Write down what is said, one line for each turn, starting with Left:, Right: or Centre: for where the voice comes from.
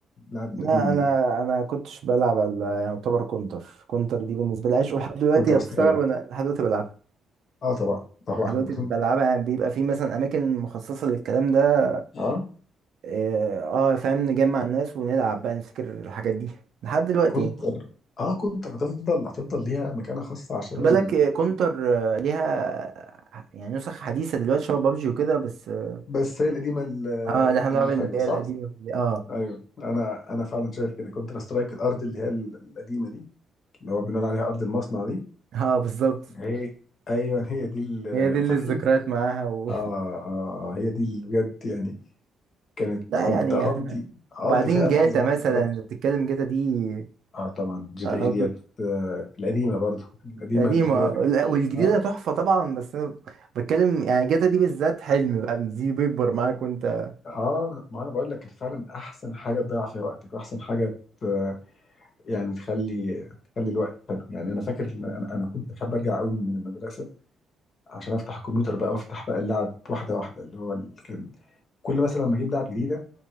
Left: اللعب القديمه
Right: ما انا
Left: دي
Right: انا كنتش بلعب على يعني يعتبر كونتر كونتر دي بالنسبه لي عشق لحد دلوقتي
Left: كونتر
Right: هتستغرب
Left: سترايك
Right: انا لحد دلوقتي بلعبها
Left: اه طبعا طبعا
Right: لحد دلوقتي بلعبها يعني بيبقى في مثلا اماكن مخصصه للكلام ده
Left: <laughs> اه
Right: اه آه، فاهم نجمع الناس ونلعب بقى نفتكر الحاجات دي لحد دلوقتي
Left: كونتر
Right: يعني
Left: اه كونتر هتفضل هتفضل ليها مكانه خاصه عشان
Right: خد
Left: ال-
Right: بالك آه، كونتر آه، ليها يعني نسخ حديثه دلوقتي شبه بابجي وكده بس اه
Left: بس هي القديمه ال-
Right: آه، ده احنا بنلعب
Left: اللي
Right: اللي
Left: حلوه
Right: هي
Left: صح؟
Right: القديمه دي. اه
Left: ايوه انا انا فعلا شايف كده كونتر سترايك الارض اللي هي ال- القديمه دي اللي هو بنقول عليها ارض المصنع دي
Right: اه بالظبط
Left: هي ايوه هي دي ال-
Right: هي دي اللي
Left: فاكر
Right: الذكريات
Left: انت
Right: معاها و...
Left: اه اه آه، هي دي اللي بجد يعني كانت
Right: <laughs> لا
Left: كنت
Right: يعني
Left: اقضي
Right: احنا
Left: اقضي
Right: وبعدين
Left: فيها
Right: جاتا
Left: معظم وقت
Right: مثلا
Left: فراغي
Right: بتتكلم جاتا دي
Left: اه طبعا جي
Right: آه،
Left: تي
Right: خلاص
Left: اي ديت آه، القديمه برضو القديمه
Right: قديمة
Left: اللي هي
Right: لا، والجديدة
Left: اه
Right: تحفة طبعا بس أنا بتكلم يعني جاتا دي بالذات حلم بقى بيزيد بيكبر معاك وأنت
Left: اه ما انا بقول لك كانت فعلا احسن حاجه تضيع فيها وقتك واحسن حاجه ت- يعني تخلي تخلي الوقت حلو يعني انا فاكر إن انا انا كنت بحب ارجع قوي من المدرسه عشان افتح الكمبيوتر بقى وافتح بقى اللعب واحده واحده اللي هو ال- كان كل مثلا لما اجيب لعب جديده